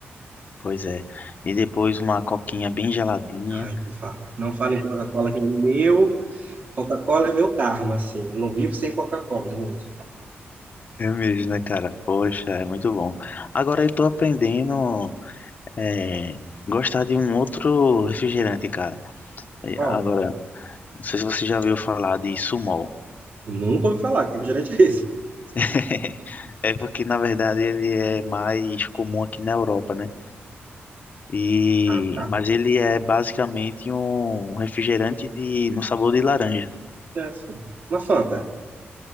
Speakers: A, on the left (about 40°); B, on the right (about 40°).
A: Pois é. E depois uma coquinha bem geladinha.
B: Ai, não fala. Não fala em Coca-Cola, que é meu. Coca-Cola é meu karma, assim. Eu não vivo sem Coca-Cola, gente.
A: É mesmo, né, cara? Poxa, é muito bom. Agora eu tô aprendendo é, gostar de um outro refrigerante, cara. E
B: Paulo,
A: Agora, não sei se você já ouviu falar de Sumol.
B: nunca ouvi falar que é refrigerante é esse.
A: <laughs> É porque, na verdade, ele é mais comum aqui na Europa, né? E,
B: Ah, tá.
A: mas ele é basicamente um refrigerante de, no sabor de laranja.
B: É assim. Uma Fanta.